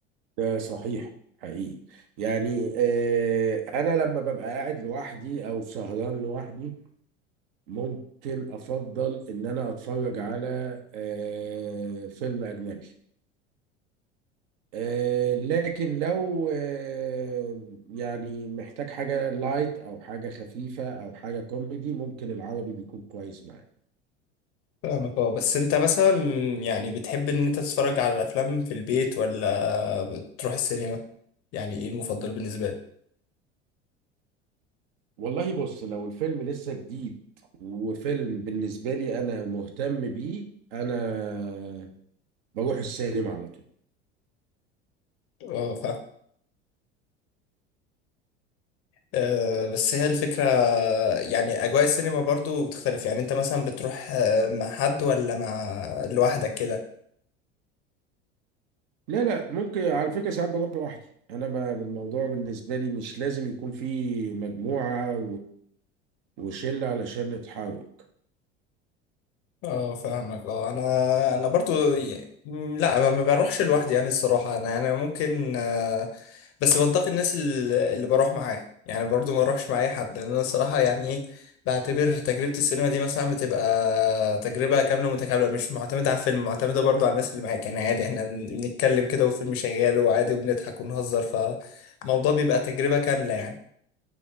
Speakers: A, on the right (about 55°); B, on the left (about 40°).
A: ده صحيح حقيقي يعني إيه، انا لما ببقى قاعد لوحدي او سهران لوحدي ممكن افضل ان انا اتفرج على آه، فيلم اجنبي آه، لكن لو آه، يعني محتاج حاجة لايت او حاجة خفيفة او حاجة كوميدي ممكن العربي بيكون كويس معايا
B: فاهمك اه بس انت مثلا يعني بتحب ان انت تتفرج على الافلام في البيت ولا بتروح السينما يعني ايه المفضل بالنسبه لك
A: والله بص لو الفيلم لسه جديد وفيلم بالنسبة لي انا مهتم بيه انا بروح السينما على طول
B: اه فاهم آه، بس هي الفكره يعني اجواء السينما برضو بتختلف يعني انت مثلا بتروح آه، مع حد ولا مع لوحدك كده
A: لا لا ممكن على فكرة ساعات بروح لوحدي انا ما الموضوع بالنسبه لي مش لازم يكون في مجموعه وشلة على شلة حرك
B: اه فاهمك اه انا انا برضو ي- م- لا ما ما بروحش لوحدي يعني الصراحه انا انا ممكن آه، بس بنتقي الناس ال- اللي بروح معاه يعني برضو ما اروحش مع اي حد لان انا الصراحه يعني ايه بعتبر تجربه السينما دي مثلا بتبقى تجربه كامله متكامله مش معتمده على الفيلم معتمده برضو على الناس اللي معاك يعني عادي احنا بنتكلم كده والفيلم شغال وعادي وبنضحك ونهزر فالموضوع بيبقى تجربه كامله يعني